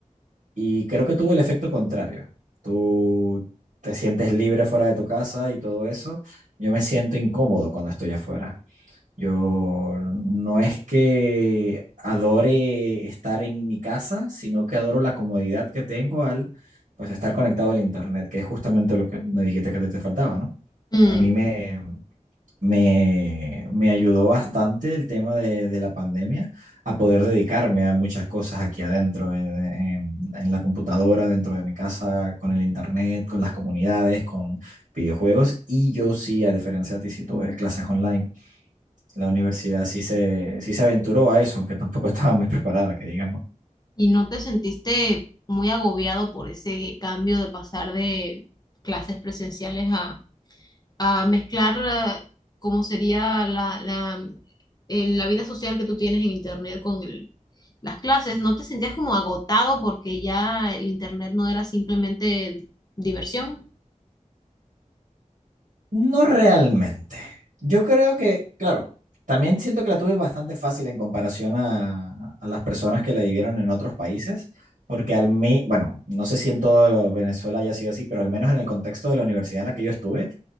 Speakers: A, on the right; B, on the left.
A: y creo que tuvo el efecto contrario. Tú te sientes libre fuera de tu casa y todo eso. Yo me siento incómodo cuando estoy afuera. Yo no es que adore estar en mi casa, sino que adoro la comodidad que tengo al pues estar conectado al internet, que es justamente lo que me dijiste que a ti te faltaba, ¿no?
B: Mm,
A: A mí me me, me ayudó bastante el tema de, de la pandemia a poder dedicarme a muchas cosas aquí adentro, en, en- en la computadora, dentro de mi casa, con el internet, con las comunidades, con videojuegos. Y yo sí, a diferencia de ti, sí tuve clases online. La universidad sí se, sí se aventuró a eso, aunque tampoco <laughs> estaba muy preparada, que digamos.
B: ¿Y no te sentiste muy agobiado por ese cambio de pasar de clases presenciales a, a mezclar eh, cómo sería la, la, eh, la vida social que tú tienes en Internet con el, las clases? ¿No te sentías como agotado porque ya el Internet no era simplemente diversión?
A: No realmente. Yo creo que, claro, también siento que la tuve bastante fácil en comparación a, a las personas que la vivieron en otros países, porque al mí, bueno, no sé si en todo Venezuela haya sido así, pero al menos en el contexto de la universidad en la que yo estuve,